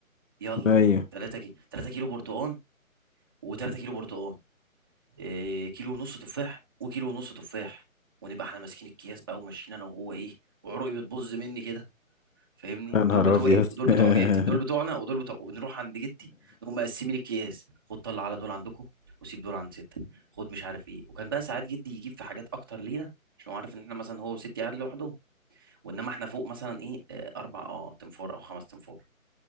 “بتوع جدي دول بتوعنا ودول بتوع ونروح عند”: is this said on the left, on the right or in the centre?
Right